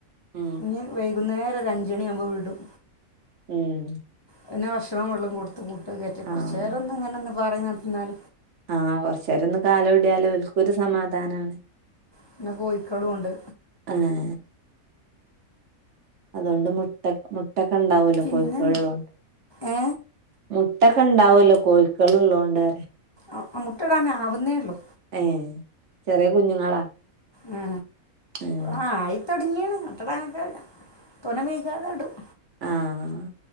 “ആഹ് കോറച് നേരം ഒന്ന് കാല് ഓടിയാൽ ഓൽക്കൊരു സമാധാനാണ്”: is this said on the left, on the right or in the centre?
Right